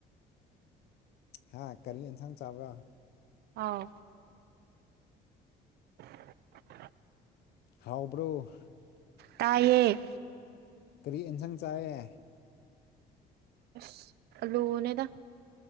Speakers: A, on the left; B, on the right.
A: ꯍꯥ ꯀꯔꯤ ꯑꯦꯟꯁꯥꯡ ꯆꯥꯕ꯭ꯔꯥ
B: ꯑꯥꯎ <inaudible>
A: ꯍꯥꯎꯕ꯭ꯔꯣ
B: ꯇꯥꯏꯌꯦ
A: ꯀꯔꯤ ꯏꯟꯁꯪ ꯆꯥꯏꯌꯦ
B: ꯏꯁ ꯑꯜꯂꯨꯅꯦꯗ